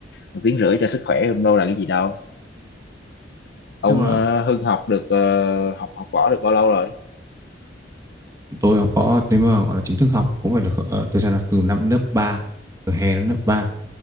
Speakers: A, on the left; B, on the right.
A: một tiếng rưỡi cho sức khỏe không đâu là cái gì đâu Ông
B: Nhưng mà
A: ờ, Hưng học được ờ, học học võ được bao lâu rồi?
B: tôi học võ nếu mà gọi là chính thức học thì cũng phải được ờ, từ sao nào? Từ năm lớp ba từ hè đến lớp 3